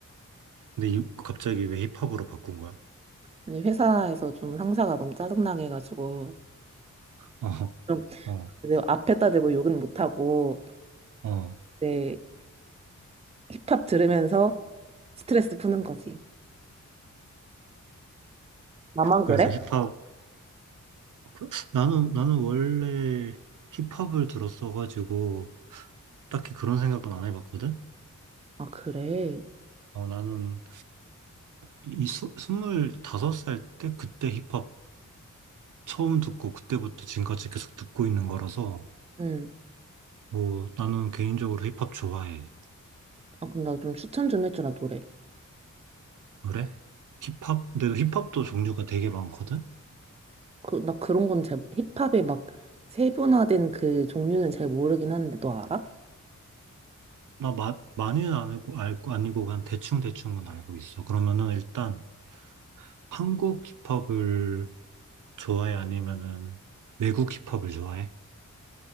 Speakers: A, on the right; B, on the right.
A: 근데 이- 갑자기 왜 힙합으로 바꾼 거야?
B: 근데 회사에서 좀 상사가 너무 짜증나게 해가지고,
A: 어,
B: 좀,
A: 어,
B: 이제 앞에다 대고 욕은 못하고,
A: 어.
B: 이제 힙합 들으면서 스트레스 푸는 거지. 나만
A: 그래서
B: 그래?
A: 힙합, 아, 그래? 나는, 나는 원래 힙합을 들었어가지고, 딱히 그런 생각은 안 해봤거든?
B: 아, 그래.
A: 어, 나는 이 스- 스물다섯 살 때 그때 힙합 처음 듣고, 그때부터 지금까지 계속 듣고 있는 거라서,
B: 응.
A: 어, 나는 개인적으로 힙합 좋아해.
B: 아, 그럼 나 좀 추천 좀 해주라, 노래.
A: 그래? 힙합? 근데 힙합도 종류가 되게 많거든?
B: 그, 나 그런 건 잘, 힙합에 막 세분화된 그 종류는 잘 모르긴 하는데, 너 알아?
A: 나 마, 많이는 안 알고, 알고, 아니고, 그냥 대충대충은 알고 있어. 그러면은 일단 한국 힙합을 좋아해? 아니면은 외국 힙합을 좋아해?